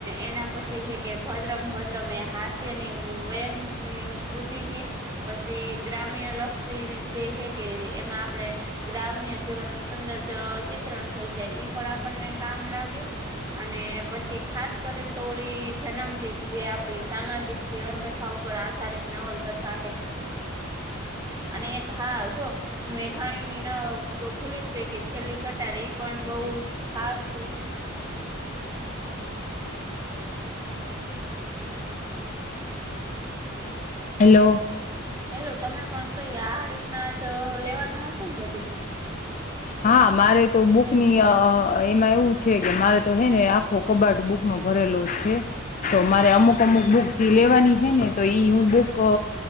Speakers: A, on the right (about 20°); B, on the left (about 40°).
A: એના પછી હે કે ભદ્રમ ભદ્રમ એ હાસ્યની વ્યન અહ કૃતિ હે પછી ગ્રામ્ય લક્ષી જે હે કે એમાં આપણેે ગ્રામ્ય જીવનનું સુંદર ચ ચિત્રણ થઈ જાય ઈ પણ આપણને કામ લાગે. અને પછી ખાસ કરીને તો ઓલી જનમડીપ જે આપડી સામાજિક જીવનકથા ઉ પર આધારિત નવલકથા હે અને એક હા જો હું મે જાણીની ના તો ભૂલી જ ગઈ કે છેલ્લી કટાર ઈ પણ બહું ખાસ હે.
B: હેલો.
A: હેલો. તમે પણ કહી આ રીતના જ લેવાનું હશે ને બધી બુક?
B: હા મારે તો બુક ની અહ એમાં એવું છે કે મારે તો હે ને આખો કબાડ બુક નો ભરેલો છે. તો મારે અમુક-અમુક બુક જી લેવાની છે ને તો ઈ હું બુક